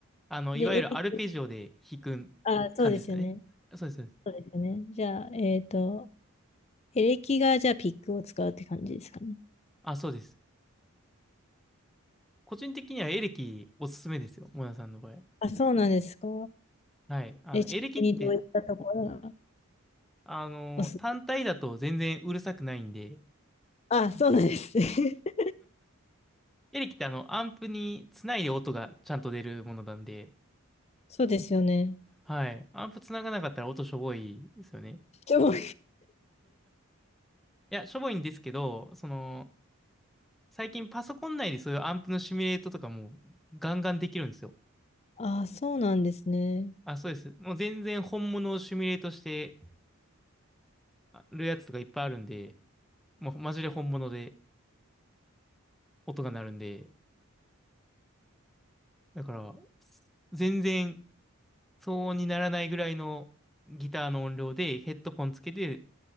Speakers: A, in the centre; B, on the left.
A: あの、
B: で、
A: いわゆるアルペジオで弾く感じですよね。
B: エレキ、あ、そうですよね。
A: そうです。そうです
B: そうですよね。じゃあ、えっと、エレキがじゃあピックを使うって感じですかね。
A: あ、そうです。個人的にはエレキおすすめですよ。モナさんの場合。
B: あ、そうなんですか。
A: はい。あの、
B: え、ちなみにどういったところが
A: エレキって、あの、
B: おす、
A: 単体だと全然うるさくないんで、
B: あ、そうなんですね。<laughs>
A: エレキってあの、アンプにつないで音がちゃんと出るものなんで、
B: そうですよね。
A: はい。アンプつながなかったら音しょぼいですよね。
B: 人も、
A: いや、しょぼいんですけど、その、最近パソコン内でそういうアンプのシミュレートとかもガンガンできるんですよ。
B: ああ、そうなんですね。
A: あ、そうです。もう全然本物をシミュレートしてるやつとかいっぱいあるんで、もうマジで本物で音が鳴るんで、だから、全然騒音にならないぐらいのギターの音量でヘッドフォンつけて、